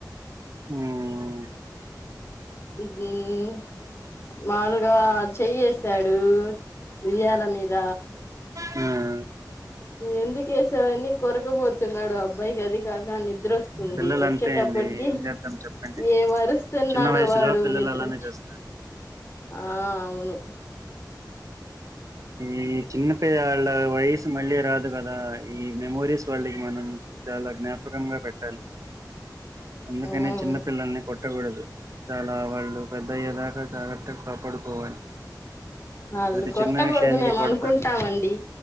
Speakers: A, on the right; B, on the left.
A: ఉమ్
B: ఉ హ్మ్ మానుగా చేయేశాడు ఉయ్యాల మీద
A: హ్మ్
B: ఎందుకేశావని కొరకబోతున్నాడు. అబ్బాయికి అది కాగా నిద్ ద్రొస్తుంది.
A: పిల్లలు
B: వచ్చేటప్పటికి,
A: అంతే అండి ఏం చేద్దాం చెప్పండి
B: ఏమరుస్తున్నాడో
A: చిన్న వయసులో
B: వాడు.
A: పిల్లలు
B: నిద్రొచ్చి
A: అలానే చేస్తారు
B: ఆ వును
A: ఈ చిన్న పిల్లాల వయసు మళ్ళీ రాదు కదా. ఈ మెమోరీస్ వాళ్ళికి, మనం చాలా జ్ఞాపకంగా పెట్టాలి అందుకనే
B: మ్మ్
A: చిన్న పిల్లల్ని కొట్టకూడదు చాలా వాళ్ళు పెద్దయ్యే దాకా జాగర్తగ్ కాపాడుకోవాలి
B: అల్లు
A: ప్రతి
B: కోట్
A: చిన్న
B: ట్టకూడదు
A: విషయానికి
B: మేం
A: కొడతా
B: అనుకుంటామండి.